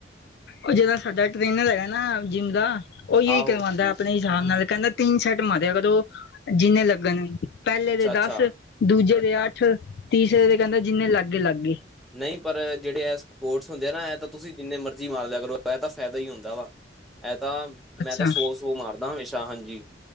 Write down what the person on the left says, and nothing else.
ਉਹ ਜਿਹੜਾ ਸਾਡਾ ਟ੍ਰੇਨਰ ਹੈਗਾ ਨਾ ਜਿੰਮ ਦਾ ਉਇਓ ਹੀ
ਕਰਵਾਉਦਾ। ਆਪਣੇ ਹਿਸਾਬ ਨਾਲ ਕਹਿੰਦਾ ਤਿੰਨ ਸੈੱਟ ਮਾਰਿਆ ਉਹ ਜਿੰਨੇ ਲੱਗਣ ਪਹਿਲੇ
ਦੇ ਦਸ ਦੂਜੇ ਦੇ ਅੱਠ ਤੀਸਰੇ ਦੇ ਕਹਿੰਦਾ ਜਿੰਨੇ ਲੱਗ ਗਏ ਲੱਗ ਗਏ।
ਅੱਛਾ